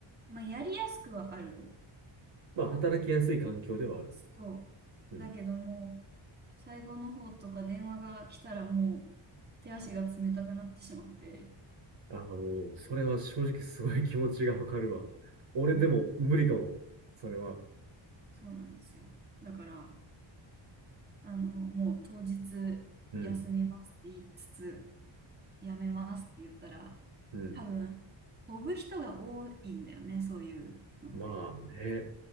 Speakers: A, on the right; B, on the right.
A: まあやりやすくはある。
B: まあ、働きやすい環境ではある。
A: そう。
B: うん。
A: だけどもう、最後の方とか電話が来たらもう手足が冷たくなってしまって、
B: あの、それは正直すごい気持ちがわかるわ。俺でも無理かも。
A: そう、
B: それは。
A: そうなんですよ。だから、あの、もう当日休みますって言いつつ、
B: うん。
A: やめますって言ったら、
B: うん。
A: 多分、飛ぶ人が多いんだよね、そういうのって。
B: まあね。